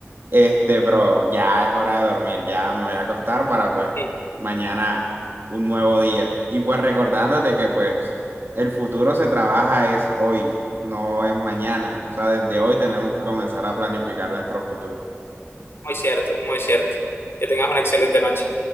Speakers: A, on the right; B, on the left.
A: Este, pero ya es hora de dormir, ya me voy a acostar para pues
B: Sí,
A: mañana un nuevo día. Y pues recordándote que pues el futuro se trabaja es hoy, no es mañana. O sea, desde hoy tenemos que comenzar a planificar nuestro futuro.
B: muy cierto, muy cierto. Que tengas una excelente noche.